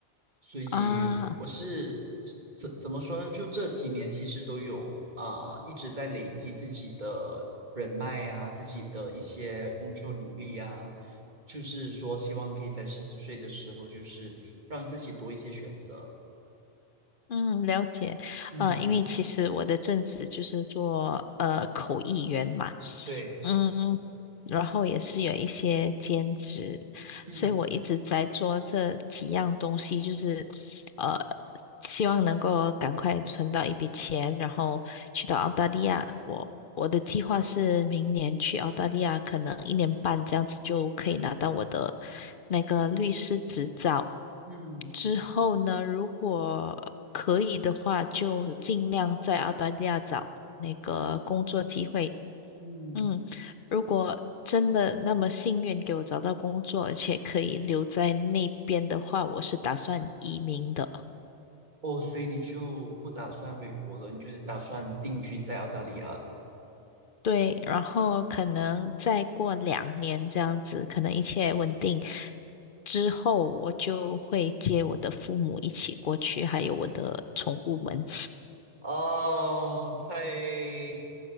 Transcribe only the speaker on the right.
所以我是
怎怎么说呢？就这几年其实都有啊、呃一直在累积自己的人脉啊，自己的一些工作履历啊，就是说希望可以在四十岁的时候，就是让自己多一些选择。
嗯
对，
嗯
嗯
嗯，
哦，所以你就不打算回国了，你就是打算定居在澳大利亚了。
哦，太